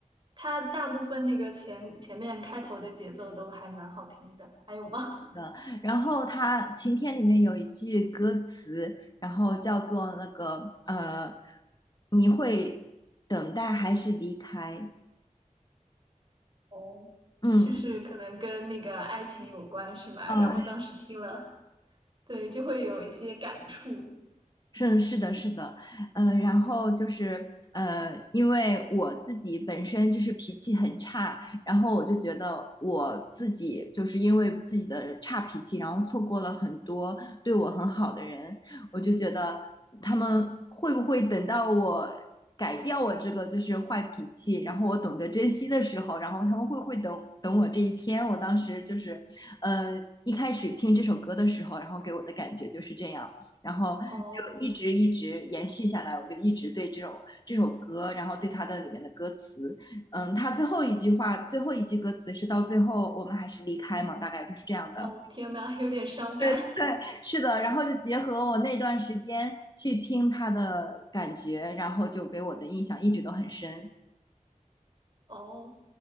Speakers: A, on the right; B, on the left.
A: 它大部分那个前前面开头的节奏都还蛮好听的，还有吗？
B: 的，然后他晴天里面有一句歌词，然后叫做那个呃，你会等待还是离开？
A: 哦，
B: 嗯，
A: 就是可能跟那个爱情有关是吧？
B: 呃，
A: 然后当时听了，对，就会有一些感触。
B: 是是的，是的，呃，然后就是呃，因为我自己本身就是脾气很差，然后我就觉得我自己就是因为自己的差脾气，然后错过了很多对我很好的人，我就觉得他们会不会等到我改掉我这个就是坏脾气，然后我懂得珍惜的时候，然后他们会不会等等我这一天？我当时就是，呃，一开始听这首歌的时候，然后给我的感觉就是这样。然后就一直一直延续下来，
A: 哦
B: 我就一直对这种这首歌，然后对它的里面的歌词，嗯，它最后一句话，最后一句歌词是到最后我们还是离开嘛，大概就是这样的。
A: 哦，天呐，有点伤感。
B: 对对，是的。然后就结合我那段时间去听它的感觉，然后就给我的印象一直都很深。
A: 哦，